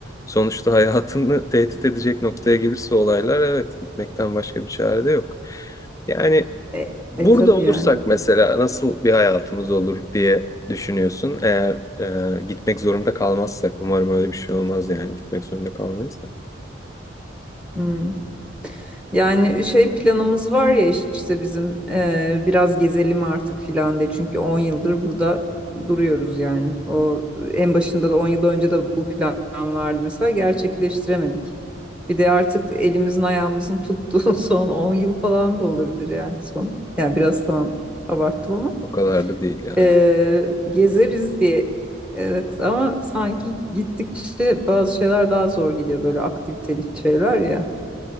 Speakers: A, on the left (about 15°); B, in the centre.
A: sonuçta hayatını <laughs> tehdit edecek noktaya gelirse olaylar evet gitmekten başka bir çare de yok. Yani
B: E,
A: burada
B: e tabii
A: olursak
B: yani.
A: mesela nasıl bir hayatımız olur diye düşünüyorsun. Eğer e, gitmek zorunda kalmazsak umarım öyle bir şey olmaz yani gitmek zorunda kalmayız da.
B: Hmm. Yani şey planımız var ya işte bizim eee, biraz gezelim artık filan de çünkü 10 yıldır burada duruyoruz yani. O en başında da 10 yıl önce de bu plan vardı mesela gerçekleştiremedik. Bir de artık elimizin ayağımızın tuttuğu <laughs> son 10 yıl falan da olabilir yani son. Yani biraz tamam abarttım ama
A: O kadar da değil ya.
B: eee,
A: evet.
B: gezeriz diye. Evet ama sanki gittikçe bazı şeyler daha zor geliyor böyle aktiviteli şeyler ya.